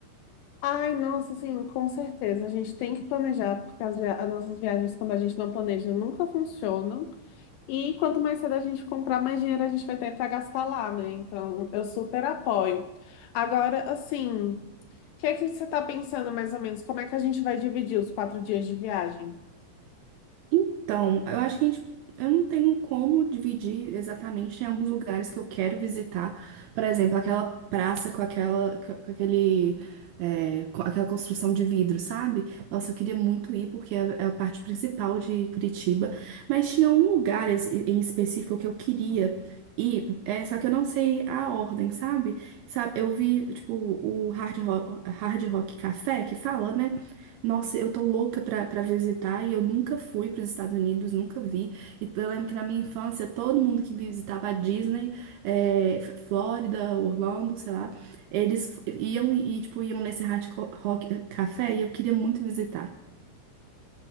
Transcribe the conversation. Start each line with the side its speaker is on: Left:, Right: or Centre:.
Left: Ai, nossa, sim, com certeza. A gente tem que planejar, porque as, via- as nossas viagens, quando a gente não planeja, nunca funcionam. E quanto mais cedo a gente comprar, mais dinheiro a gente vai ter para gastar lá, né? Então, eu super apoio. Agora, assim, o que é que você tá pensando mais ou menos? Como é que a gente vai dividir os quatro dias de viagem?
Right: Então, eu acho que a gente, eu não tenho como dividir exatamente. Tem alguns lugares que eu quero visitar, por exemplo, aquela praça com aquela, com aquele, é, com aquela construção de vidro, sabe? Nossa, eu queria muito ir porque é é a parte principal de Curitiba. Mas tinha um lugar es- em específico que eu queria ir, é, só que eu não sei a ordem, sabe? Sabe, eu vi tipo o Hard Rock, Hard Rock Café que fala, né? Nossa, eu tô louca pra, pra visitar e eu nunca fui pros Estados Unidos, nunca vi. E eu lembro que na minha infância todo mundo que visitava a Disney, eh, F- Flórida, Orlando, sei lá, eles f- iam e, tipo, iam nesse Hard Co- Rock eh, Café e eu queria muito visitar.